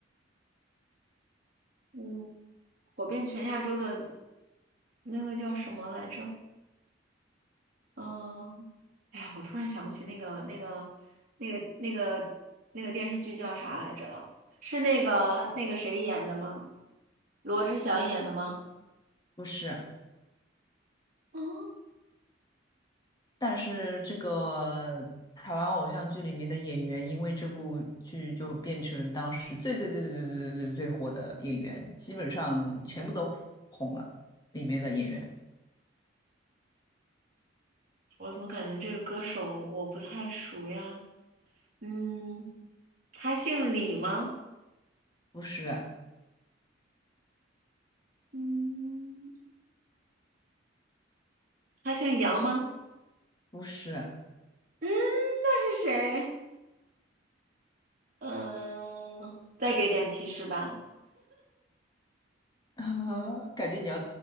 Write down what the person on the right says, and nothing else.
嗯，火遍全亚洲的那个叫什么来着？嗯，哎呀，我突然想不起那个那个那个那个那个电视剧叫啥来着了？是那个那个谁演的吗？罗志祥演的吗？
嗯，
我怎么感觉这个歌手我不太熟呀？嗯，他姓李吗？
嗯他姓杨吗？
嗯，那是谁？嗯，再给点提示吧。